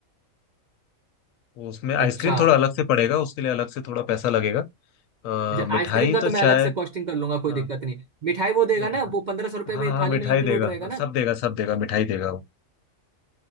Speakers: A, on the left; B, on the right.
A: वो उसमें आइसक्रीम
B: अच्छा
A: थोड़ा अलग से पड़ेगा उसके लिए अलग से थोड़ा पैसा लगेगा आ,
B: अच्छा
A: मिठाई
B: आइसक्रीम का
A: तो
B: तो मैं
A: शायद
B: अलग से कॉस्टिंग कर लूंगा कोई
A: हाँ
B: दिक्कत नहीं मिठाई वो देगा
A: मिठाई
B: ना वो पंद्रह सौ रुपये
A: हाँ
B: में
A: हाँ
B: थाली
A: मिठाई
B: में इंक्लूड
A: देगा
B: रहेगा ना
A: सब देगा सब देगा मिठाई देगा वो